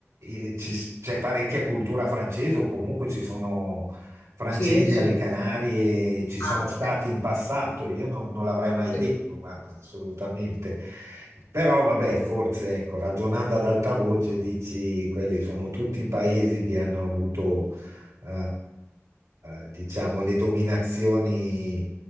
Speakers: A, on the right (about 80°); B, on the left (about 80°).
A: eh, ci- c'è parecchia cultura francese o comunque ci sono francesi
B: Sì, sì,
A: alle
B: sì,
A: Canarie ci sono
B: anche.
A: stati in passato, io non, non l'avrei mai
B: Sì.
A: detto, guarda, assolutamente. Però vabbè, forse ecco, ragionando ad alta voce dici quelli sono tutti paesi che hanno avuto eh, eh, diciamo le dominazioni